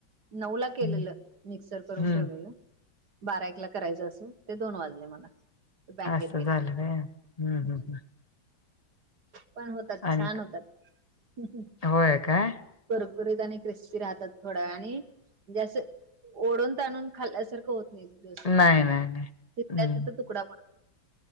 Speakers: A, on the right (about 55°); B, on the left (about 25°).
A: नऊ ला केलेलं
B: हम्म
A: मिक्सर करून
B: हम्म,
A: ठेवलेलं बारा एकला करायचं असे ते दोन वाजले मला बँकेत
B: असं
A: गेला
B: झालं
A: मग
B: काय हम्म हम्म हम्म.
A: पण होतात
B: आणि
A: छान
B: क-
A: होतात
B: होय काय
A: करपुरीत आणि क्रिस्पी राहतात थोड्या आणिण जे असं ओढून ताणून खाल्ल्यासारखं होत नाही दव तिल्या
B: नाही नाही नाही हम्म
A: तिथ तुकडा पण